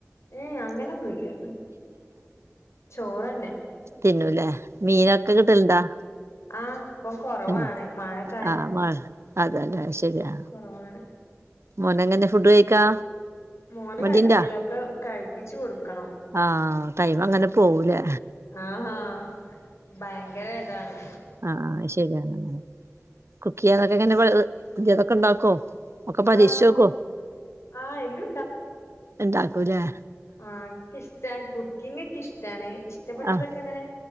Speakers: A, on the left; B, on the right.
A: ഏ അങ്ങനെൊന്നുംല്ല ചോറ്ന്നെ
B: തിന്നുലേ മീനൊക്കെ കിട്ടലണ്ടാ
A: ആഹ് ഇപ്പം കൊറവാണ്
B: പിന്ന
A: മഴൊക്കെ
B: ആഹ് അതല്ലെ ശരിയാ
A: കുറവാണ്.
B: മോനങ്ങനെ ഫുഡ് കഴിക്കാ.
A: മോന്
B: മടിണ്ടാ
A: കഴക്കലൊക്കെ കഴിപ്പിച്ച് കൊടുക്കണം.
B: ആഹ ടൈം അങ്ങനെ പോവൂലേ.
A: ആഹാ ഭയങ്കര ഇതാണ്.
B: ആഹ ആ് ശരി അങ്ങനാണ് കുക്ക് ചെയ്യാതൊക്കെ എങ്ങനെ പുതിയതൊക്കെ ഉണ്ടാക്കോ. ഒക്കെ പരീക്ഷിച്ച്
A: ആഹ്
B: നോക്കോ
A: ആഹ് എല്ലും
B: ഉണ്ടാക്കൂല്ലേ.
A: ആഹ ഇഷ്ടാ കുക്കിംഗ ഒക്കെ ഇഷ്ടാണ് ഇഷ്ടപ്പെട്ടതൊക്കെ
B: ആഹ്
A: അങ്ങനെ.